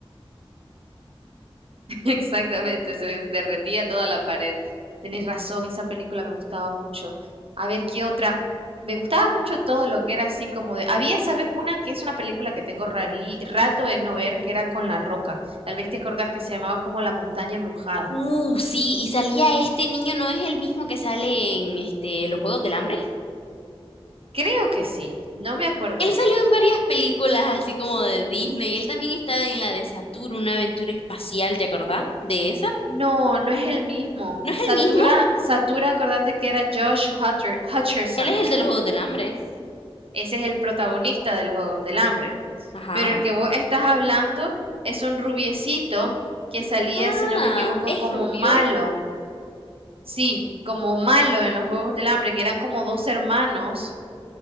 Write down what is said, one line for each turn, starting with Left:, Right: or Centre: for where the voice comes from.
Right: <laughs> Exactamente, se derretía toda la pared. Tenés razón, esa película me gustaba mucho. A ver, ¿qué otra? Me gustaba mucho todo lo que era así como de... Había, ¿sabes? Una que es una película que tengo rarí- rato en no ver, que era con La Roca. Tal vez te acordás que se llamaba como La Montaña Embrujada.
Left: Uh, sí, y salía este niño, ¿no es el mismo que sale en este, los Juegos del Hambre?
Right: Creo que sí, no me acuerdo
Left: Él
Right: bien.
Left: salió en varias películas así como de Disney. Él también estaba en la de Saturno, una aventura espacial, ¿te acordás de esa?
Right: No, no es el mismo.
Left: ¿No es
Right: Satura,
Left: el mismo?
Right: Satura, acordate que era Josh Hutter- Hutcherson.
Left: Él es el de los Juegos del Hambre.
Right: Ese es el protagonista de los Juegos del Hambre.
Left: Ajá.
Right: Pero el que vos estás hablando es un rubiecito que salía,
Left: Ah,
Right: si no me equivoco,
Left: es
Right: como
Left: rubio.
Right: malo. Sí, como malo en los Juegos del Hambre, que eran como dos hermanos